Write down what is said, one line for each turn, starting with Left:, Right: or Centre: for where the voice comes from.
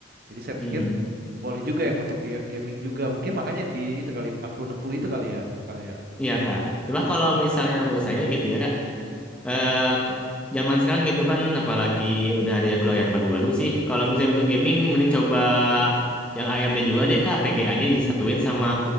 Right: Jadi saya
Centre: Mm-mm.
Right: pikir boleh juga yang untuk ga- gaming juga. Mungkin makanya di itu kali 40 puluh enam puluh itu kali ya, kali ya.
Centre: Iya kak. Coba kalau misalnya menurut saya gitu ya kak. eh
Right: Hmm.
Centre: k- zaman sekarang gitu kan apalagi udah ada yang keluar yang baru-baru sih. Kalau misalnya untuk gaming mending coba yang AMD juga deh Kak, VGA-nya disatuin sama